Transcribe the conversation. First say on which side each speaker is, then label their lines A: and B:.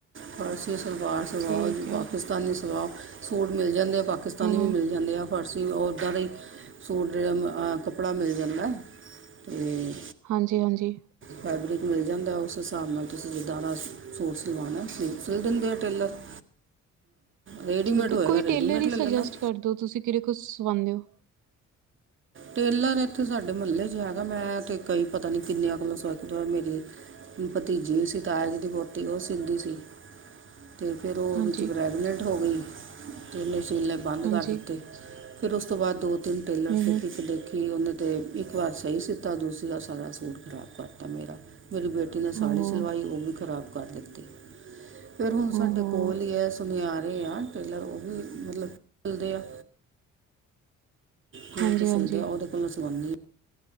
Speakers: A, on the right (about 40°); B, on the right (about 75°).
A: ਫਾਰਸੀ ਸਲਵਾਰ ਸਲਵਾਓ
B: ਠੀਕ
A: ਜੀ
B: ਹੈ
A: ਪਾਕਿਸਤਾਨੀ ਸਲਾਯੋ। ਸੂਟ ਮਿਲ ਜਾਂਦੇ ਆ ਪਾਕਿਸਤਾਨੀ
B: ਹਮ
A: ਵੀ ਮਿਲ ਜਾਂਦੇ ਆ ਫਰਸੀ ਉਦਾਂ ਦੇ ਹੀ ਸੂਟ ਜਿਹੜਾ ਕੱਪੜਾ ਮਿਲ ਜਾਂਦਾ ਤੇ
B: ਹਾਂਜੀ ਹਾਂਜੀ,
A: ਫੈਬਰਿਕ ਮਿਲ ਜਾਂਦਾ ਉਸ ਹਿਸਾਬ ਨਾਲ ਤੁਸੀਂ ਜਿੱਦਾਂ ਦਾ ਸੂਟ ਸਿਲਵਾਣਾ ਸਿਲ ਸਿਲ ਦਿੰਦੇ ਆ ਟੇਲਰ। <inaudible> ਰੇਡੀਮੇਡ
B: ਠੀਕ
A: ਹੋਏਗਾ
B: ਐ, ਕੋਈ
A: ਰੇਡੀਮੇਡ
B: ਟੇਲਰ ਹੀ
A: ਲੈ
B: ਸੁਜੈਸਟ
A: ਲੈਣਾ
B: ਕਰ ਦੋ ਤੁਸੀਂ ਕਿਹੜੇ ਕੋਲ ਸਿਵਾਂਦੇ ਹੋ।
A: ਟੇਲਰ ਇੱਥੇ ਸਾਡੇ ਮਹੱਲੇ ਚ ਹੈਗਾ ਮੈਂ ਤੇ ਕਈ ਪਤਾ ਨੀ ਕਿੰਨੇ <unintelligible> ਭਤੀਜੀ ਸੀ ਤਾਜ ਦੀ ਪੋਤੀ ਉਹ ਸਿੰਦੀ ਸੀ। ਤੇ ਫਿਰ ਉਹ
B: ਹਾਂਜੀ
A: ਵਿੱਚ ਪ੍ਰੈਗਨੈਂਟ ਹੋ ਗਈ ਤੇ ਓਹਨੇ ਸੀਨੇ ਬੰਦ
B: ਹਾਂਜੀ
A: ਕਰ ਦਿੱਤੇ। ਫਿਰ ਉਸ ਤੋਂ ਬਾਅ ਦੋ ਤਿੰਨ ਟੇਲਰ
B: ਹਮ
A: ਫੇ
B: ਹਮ
A: ਦੇਖੀ ਉਹਨੇ ਤੇ ਇੱਕ ਵਾਰ ਸਹੀ ਸੀਤਾ ਦੂਸਰੀ ਵਾਰ ਸਾਰਾ ਸੂਟ ਖ਼ਰਾਬ ਕਰਤਾ ਮੇਰਾ ਮੇਰੀ ਬੇਟੀ ਨੇ ਸਾੜੀ
B: ਓਹੋ
A: ਸਲਵਾਈ ਉਹ ਵੀ ਖਰਾਬ ਕਰ ਦਿੱਤੀ। ਫਿਰ ਹੁਣ ਸਾਡੇ
B: ਓਹੋ
A: ਕੋਲ ਈ ਐ ਹਲਸੁਨਿਆਰੇ ਆ ਟੇਲਰ ਉਹ ਵੀ <unintelligible> ਠੀਕ
B: ਹਾਂਜੀ
A: ਸਿੰਦੇ
B: ਹਾਂਜੀ
A: ਆ ਉਹਦੇ ਕੋਲ ਸਮੌਣੀ ਆ।